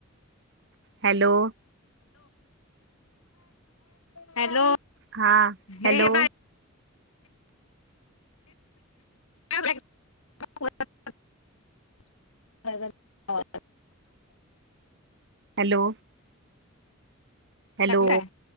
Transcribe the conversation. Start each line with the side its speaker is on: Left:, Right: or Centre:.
Right: हॅलो
Left: हॅलो
Right: हा
Left: हे
Right: हॅलो
Left: <unintelligible>
Right: हॅलो. हॅलो
Left: टाकलाय,